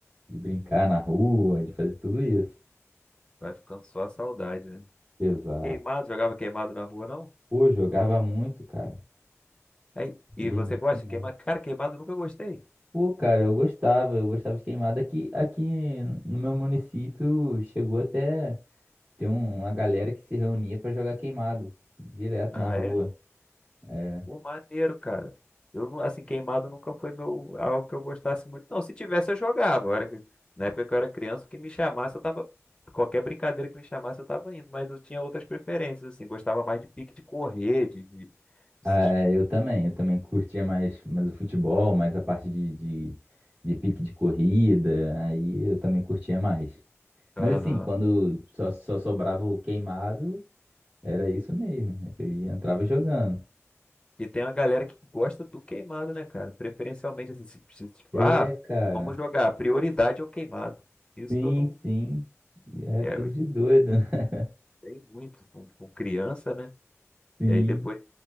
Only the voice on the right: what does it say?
de brincar na rua, de fazer tudo isso.
Exato.
Pô, jogava muito, cara.
Joguei
muito
queimado.
Pô, cara, eu gostava, eu gostava de queimada. Aqui, aqui no meu município chegou até. Tem um- uma galera que se reunia pra jogar queimado, direto
na rua.
É.
Ah,
é, eu também, eu também curtia mais, mais o futebol, mais a parte de, de, de pique de corrida, aí eu também curtia mais. Mas
assim, quando só, só sobrava o queimado, era isso mesmo, eu ia- entrava jogando.
É,
cara,
sim,
sim, é
coisa
de doido, <laughs>
sim.